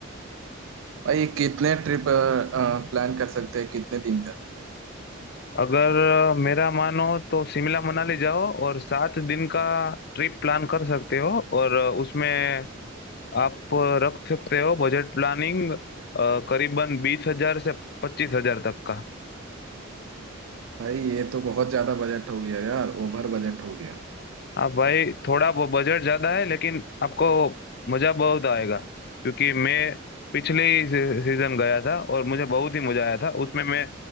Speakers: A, on the right; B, on the left.
A: भाई कितने ट्रिप प्लान कर सकते हैं कितने दिन का
B: अगर अ, मेरा मानो तो शिमला मनाली जाओ और सात दिन का ट्रिप प्लान कर सकते हो और अ, उसमें आप रख सकते हो बजट प्लानिंग करीबन बीस हजार से पच्चीस हजार तक का
A: भाई ये तो बहुत ज्यादा बजट हो गया यार ओवर बजट हो गया
B: आप भाई थोड़ा बजट ज्यादा है लेकिन आपको मजा बहुत आएगा क्योंकि मैं पिछले ही सी- सीजन गया था और मुझे बहुत ही मजा आया था उसमें मैं